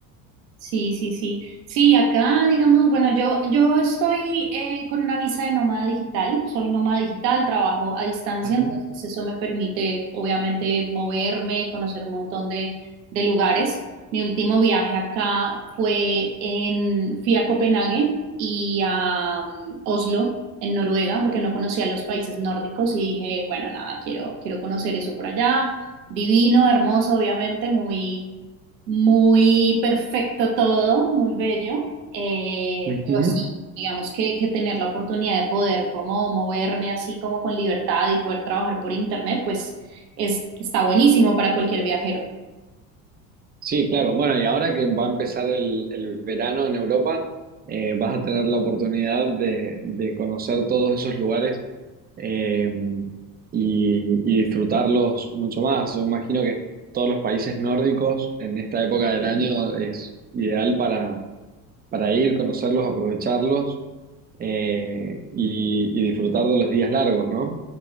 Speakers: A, on the right; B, on the right.
A: Sí, sí, sí. Sí, acá, digamos, bueno, yo, yo estoy eh, con una visa de nómada digital, soy nómada digital, trabajo a distancia,
B: Ajá.
A: entonces eso me permite, obviamente, moverme y conocer un montón de, de lugares. Mi último viaje acá fue en, fui a Copenhague y a mm, Oslo, en Noruega, porque no conocía los países nórdicos y dije, bueno, nada, quiero, quiero conocer eso por allá. Divino, hermoso, obviamente, muy muy perfecto todo, muy bello, eh,
B: Ujú.
A: pero sí, digamos que, que tener la oportunidad de poder como moverme así como con libertad y poder trabajar por internet, pues es, está buenísimo para cualquier viajero.
B: Sí, claro. Bueno, y ahora que va a empezar el, el verano en Europa, eh, vas a tener la oportunidad de, de conocer todos esos lugares eh, y, y disfrutarlos mucho más. Yo imagino que todos los países nórdicos en esta época del año es ideal para, para ir, conocerlos, aprovecharlos eh, y, y disfrutar de los días largos, ¿no?